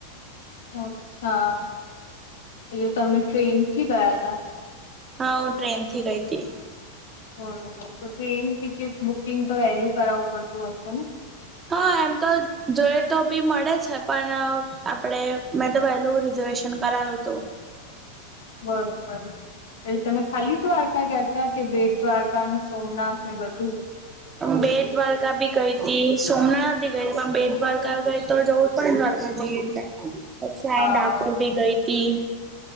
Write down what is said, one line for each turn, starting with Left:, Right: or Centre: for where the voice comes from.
Left: અચ્છા, એટલે તમે ટ્રેન થી ગયા હતા?
Right: હા હું ટ્રેન થી ગઈ ગઈ તી.
Left: બરોબર. તો ટ્રેન ટિકિટ બુકિંગ તો વહેલું કરાવવું પડતું હશે ને?
Right: હા એમ તો જોઈ તો બી મળે છે, પણ આપડે મેં તો વહેલું રિઝર્વેશ શન કરાયું તું.
Left: બરોબર. એટલે તમે ખાલી દ્વારકા ગયાતા, કે બેટ દ્વારકા અને સોમનાથ ને બધું?
Right: બેટ દ્વારકા ભી ગઈ તી, સોમનાથ ભી ગઈ તી, પણ બેટ દ્વારકા ગઈ તો જઉ પણ <unintelligible>
Left: હા,
Right: બી ગઈ તી.